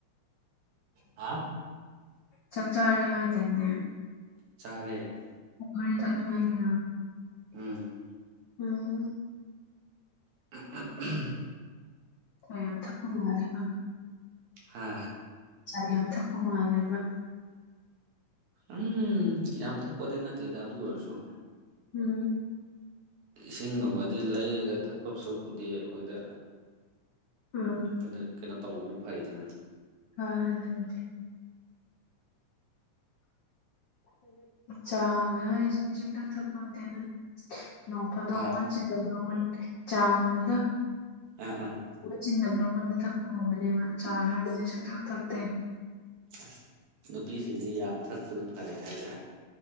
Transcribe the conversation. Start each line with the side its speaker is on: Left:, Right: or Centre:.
Right: ꯍꯥ
Left: ꯆꯛ ꯆꯔꯦ ꯍꯥꯏꯗꯥꯏꯅꯦ
Right: ꯆꯥꯔꯦ
Left: ꯍꯣꯔꯦꯟ ꯊꯛꯅꯤꯡꯉꯥꯏ ꯒꯤꯔꯣ
Right: ꯎꯝ
Left: ꯎꯝ <unintelligible>
Right: <unintelligible>
Left: <unintelligible>
Right: ꯍꯥ
Left: ꯆꯥ ꯌꯥꯝ ꯊꯛꯄ ꯃꯥꯜꯂꯦꯕ
Right: ꯎꯝ ꯌꯥꯝ ꯊꯛꯄꯗꯤ ꯅꯠꯇꯦꯗ ꯑꯗꯨ ꯑꯣꯏꯔꯁꯨ
Left: ꯎꯝ
Right: ꯏꯁꯤꯡꯒꯨꯝꯕꯗꯤ ꯂꯩꯔꯒ ꯊꯛꯄꯁꯨꯄ <unintelligible> ꯗꯤ ꯑꯩꯈꯣꯏꯗ
Left: ꯎꯝ
Right: ꯑꯩꯈꯣꯏꯗ ꯀꯩꯅꯣ ꯇꯧꯕꯅ ꯐꯩꯗꯅ
Left: ꯑ ꯑꯗꯨꯗꯤ ꯆꯥꯒ ꯍꯥꯏꯁꯦ ꯁꯨꯡꯊꯛ ꯊꯛ ꯄꯣꯟꯇꯦꯗꯥ ꯅꯣꯡ ꯐꯥꯗꯣꯛ
Right: ꯍꯥ
Left: ꯋꯥꯟꯁ ꯏꯟ ꯗ ꯕꯂꯨ ꯃꯨꯟ ꯆꯥꯒꯨꯝꯕꯗꯣ
Right: ꯑꯥ ꯑꯥ
Left: ꯃ ꯆꯤꯟꯗꯕꯅ <unintelligible> ꯃꯨꯟꯗ ꯊꯛꯄꯒꯨꯝꯕꯅꯦꯕ ꯆꯥ ꯍꯥꯏꯕꯁꯦ ꯁꯨꯡꯊꯛ ꯊꯛꯇꯦ
Right: ꯑ꯭ꯁ ꯅꯨꯄꯤꯁꯤꯡꯗꯤ ꯌꯥꯝ ꯊꯛꯄꯅ ꯐꯩ ꯍꯥꯏꯗ